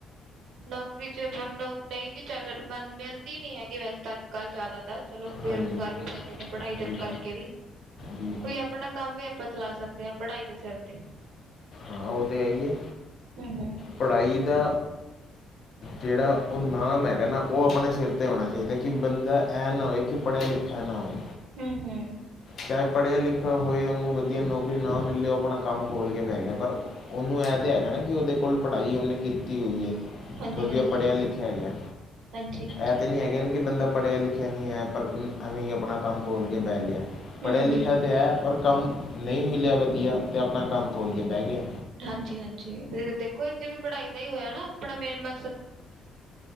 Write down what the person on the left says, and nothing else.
ਹਾਂਜੀ
ਜੀ
ਜੀ
ਹਾਂ ਔਹ ਤਾਂ ਹੈ ਹੀ ਏ।
ਪੜਾਈ ਦਾ ਜੇੜਾ ਔਹ ਨਾਮ ਹੈਗਾ ਨਾ ਉਹ ਅਪਨੇ ਸਿਰ 'ਤੇ ਹੌਨਾ ਚੈਦਾ ਕਿ ਬੰਦਾ ਐ ਨਾ ਹੋਵੇ ਕਿ ਪੜਿਆ ਲਿਖਿਆ ਨਾ ਹੋਵੇ।
ਚਾਹੇ ਪੜ੍ਹਿਆ ਲਿਖਿਆ ਹੋਏ ਉਹਨੂੰ ਵਧੀਆ ਨੌਕਰੀ ਨਾ ਮਿਲੇ ਉਹ ਆਪਣਾ ਕੰਮ ਖੋਲ੍ਹ ਕੇ ਬੈ ਗਿਆ ਪਰ ਉਹਨੂੰ ਇਹਂ ਤੇ ਹੈਗਾ ਨਾ ਕਿ ਉਹਦੇ ਕੋਲ ਪੜ੍ਹਾਈ ਉਹਨੇ ਕੀਤੀ ਹੋਈ ਏ
ਵਦੀਆ ਪੜ੍ਹਿਆ ਲਿਖਿਆ ਹੈਗਾ
ਇਹ ਤਾਂ ਨਹੀਂ ਹੈਗਾ ਕਿ ਬੰਦਾ ਪੜ੍ਹਿਆ ਲਿਖਿਆ ਨਹੀਂ ਹੈ ਪਰ ਐਵੇਂ ਆਪਣਾ ਕੰਮ ਖੋਲ੍ਹ ਕੇ ਬਹਿ ਗਿਆ ਪੜ੍ਹਿਆ
ਲਿਖਿਆ ਤਾਂ ਹੈ ਪਰ ਕੰਮ ਨਹੀਂ ਮਿਲਿਆ ਵਦੀਆ ਤੇ ਆਪਣਾ ਕੰਮ ਖੋਲ੍ਹ ਕੇ ਬਹਿ ਗਿਆ